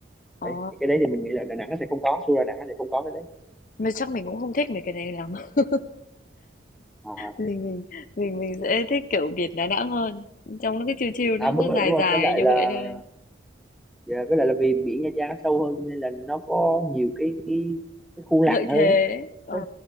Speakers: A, on the left; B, in the centre.
A: Ờ,
B: đấy thì cái đấy thì mình nghĩ là Đà Nẵng nó sẽ không có Xu Đà Nẵng nó sẽ không có cái đấy
A: mà chắc mình cũng không thích mấy cái này lắm. <laughs>
B: à,
A: Mình mình mình mình sẽ thích kiểu biển Đà Nẵng hơn. Trong nó cái chiều chiều nó
B: à đúng
A: cứ
B: rồi
A: dài
B: đúng rồi
A: dài
B: với lại
A: như
B: là
A: vậy thôi.
B: Dạ, với lại là vì biển Nha Trang nó sâu hơn cho nên là nó có nhiều cái cái, cái khu lặn
A: Lợi
B: hơn
A: thế.
B: ấy.
A: Ờ,
B: Có,